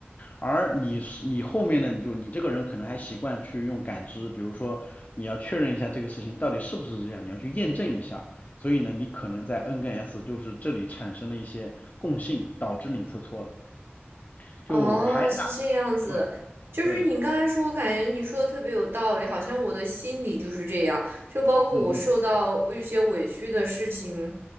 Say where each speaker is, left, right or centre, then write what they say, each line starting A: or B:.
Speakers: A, on the left; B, on the right.
A: 而你是你后面呢，你就你这个人可能还习惯去用感知，比如说你要确认一下这个事情到底是不是这样，你要去验证一下。所以呢，你可能在 N 跟 S 就是这里产生了一些共性，导致你测错了。就我还拿
B: 哦，是这样子，
A: 对
B: 就是你刚才说，
A: 对，
B: 我感觉你说的特别有道理，好像我的心里就是这样，就包括我受到一些委屈的事情，
A: 嗯